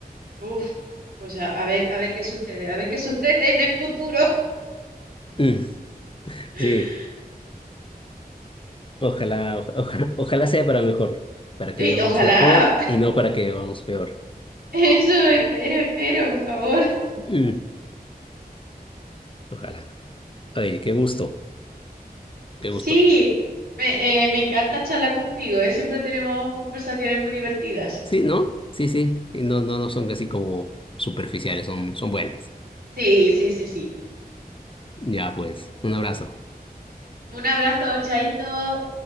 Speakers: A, on the right (about 75°); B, on the left (about 35°).
A: Uf, pues a, a ver, a ver qué sucede, a ver qué <laughs> sucede en el futuro.
B: Mm,
A: <laughs>
B: Sí, ojalá, oja- oja- ojalá sea para mejor, para que
A: Ay,
B: vivamos
A: y ojalá.
B: mejor y no para que vivamos peor.
A: <laughs> Eso, espero, espero, por favor.
B: mm. Ojalá. Ay, qué gusto, qué
A: Sí,
B: gusto.
A: me, eh, me encanta charlar contigo, ¿eh? Siempre tenemos conversaciones muy divertidas.
B: Sí, ¿no? Sí, sí. Y No,
A: <laughs>
B: no, no son casi como superficiales, son, son buenas.
A: Sí, sí, sí, sí.
B: Ya, pues, un abrazo.
A: Un abrazo, chaito.